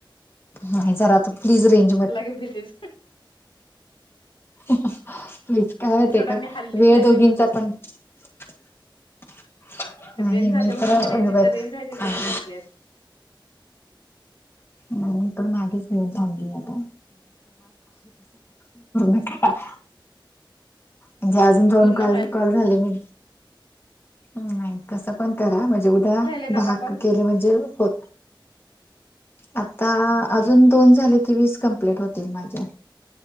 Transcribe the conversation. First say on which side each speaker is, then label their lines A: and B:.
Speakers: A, on the left (about 30°); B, on the left (about 80°).
A: नाही जरा तर प्लीज रिंग
B: लगे भीतीस.
A: प्लीज काय होते
B: सोडा
A: का,
B: मी हल्लीच
A: वेळ
B: नाही
A: दोघींचा
B: मी इथं बसले
A: पण <inaudible>
B: तिथं
A: नाही
B: रेंज
A: मी
B: जात्या म्हणून
A: तर
B: कणी, जिथं रेंज हाय तिथं
A: थांब
B: मी बसल्याच.
A: म मी पण मागेच येऊन थांबली आता <unintelligible> म्हणजे अजून दोन
B: पूर्ण
A: काल
B: व्हाय
A: कॉल झाले मी नाही कसं पण करा, म्हणजे उद्या
B: झालेत
A: दहा
B: आता कॉल?
A: केले म्हणजे होत आता
B: होय.
A: अजून दोन झाले की, वीस कंप्लीट होतील माझे.